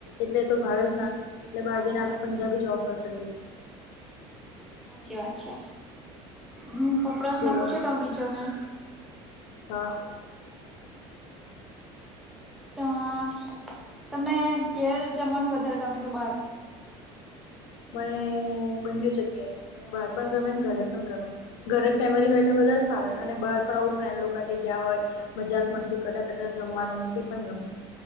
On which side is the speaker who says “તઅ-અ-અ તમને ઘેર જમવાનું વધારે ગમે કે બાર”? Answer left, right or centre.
Centre